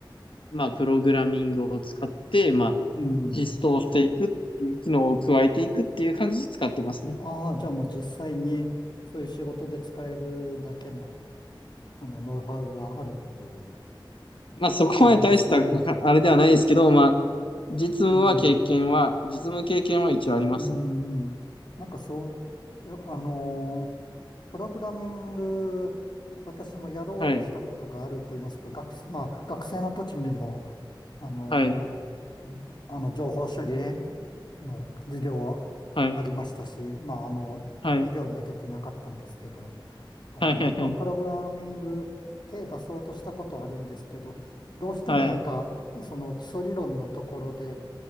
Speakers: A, on the left; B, on the left.
A: まあプログラミングを使って、まあ実装していくっていう機能を加えていくっていう感じで使ってますね。
B: うん。ああ、じゃあもう実際に、そういう仕事で使えるだけの、あの、ノウハウがあるっていう
A: まあそこまで大した
B: ことなんですね。
A: <laughs> あれではないですけど、まあ実務は経験は、
B: うん、うん、
A: 実務経験は一応ありますね。
B: うんなんかそう、いやあのープログラミング、私もやろうとしたことがあると言いますか、
A: はい、
B: 学生、まあ、学生の時にも、あの、
A: はい、
B: あの情報処理の授業ありましたし、
A: はい、
B: まあ、あの、
A: はい、
B: 授業には出てなかったんですけど、あの、
A: はい、はい、
B: まあ、プログラミング手出そうとしたことはあるんですけど、どうしてもなんか、
A: はい、
B: その基礎理論のところで、